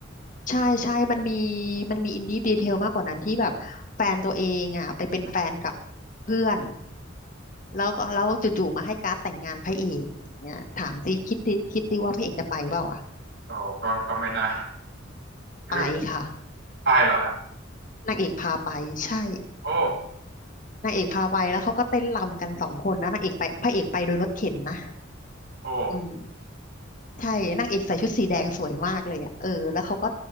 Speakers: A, on the left (about 40°); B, on the right (about 60°).
A: ใช่ใช่มันมีมันมีอินดี้ดีเทลมากกว่านั้นที่แบบแฟนตัวเองอ่ะไปเป็นแฟนกับเพื่อนแล้วก็แล้วจู่ๆมาให้การ์ดแต่งงานพระเอกอย่างเงี้ยถามสิคิดดิคิดดิว่าพระเอกจะไปเปล่าวะ
B: โอ้ก็ก็ไม่น่าคือ
A: ไปค่ะ
B: ไปเหรอฮะ
A: นางเอกพาไปใช่
B: โอ้
A: นางเอกพาไปแล้วเขาก็เต้นรำกันสองคนนะนางเอกไปพระเอกไปโดยรถเข็นนะ
B: โอ้
A: อืมใช่นางเอกใส่ชุดสีแดงสวยมากเลยอ่ะเออแล้วเขาก็